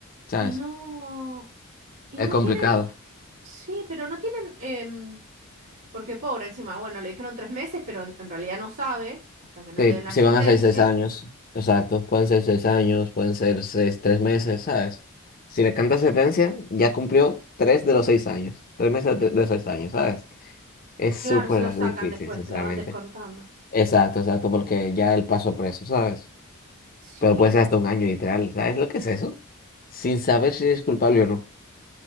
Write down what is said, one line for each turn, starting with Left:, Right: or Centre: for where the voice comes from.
Left: ¿Sabes?
Right: Y no, y
Left: Es
Right: no
Left: complicado.
Right: tienen, sí, pero no tienen, em, porque pobre encima, bueno, le dijeron tres meses, pero en, en realidad no sabe, hasta que no
Left: Sí,
Right: le den la
Left: si
Right: sentencia.
Left: van a ser seis años, exacto, pueden ser seis años, pueden ser seis, tres meses, ¿sabes? Si le cantas sentencia, ya cumplió tres de los seis años, tres meses de, de los seis años, ¿sabes? Es súper
Right: Claro, se lo sacan
Left: difícil,
Right: después,
Left: sinceramente.
Right: se lo van descontando.
Left: Exacto, exacto, porque ya él pasó preso, ¿sabes?
Right: Sí,
Left: pero puede ser hasta un año, literal. ¿Sabes lo que es eso? Sin saber si eres culpable o no.